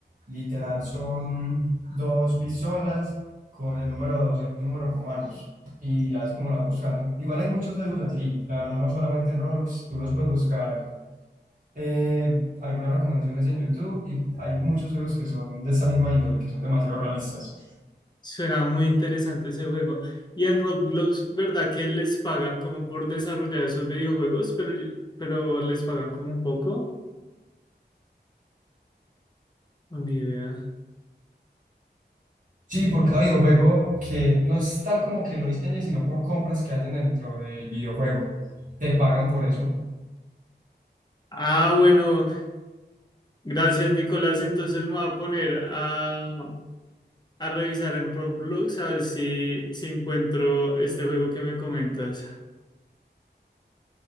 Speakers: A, on the right; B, on the left.
A: literal, son dos pistolas con el número dos en números romanos. Y ya así como lo vas buscando. Igual hay muchos juegos así, la verdad, no solamente en Roblox, tú los puedes buscar. eh, algunas recomendaciones en YouTube y hay muchos juegos que son de esa misma índole, que son demasiado realistas.
B: Suena muy interesante ese juego. Y en Roblox, ¿verdad que les pagan como por desarrollar esos videojuegos? Pero, yo- pero les pagan como un poco. o Ni idea.
A: Sí, por cada videojuego que no es tal como que lo diseñes, sino por compras que hacen dentro del videojuego. Te pagan por eso.
B: Ah, bueno, gracias Nicolás. Entonces me voy a poner a, a revisar en Roblox a ver si, si encuentro este juego que me comentas.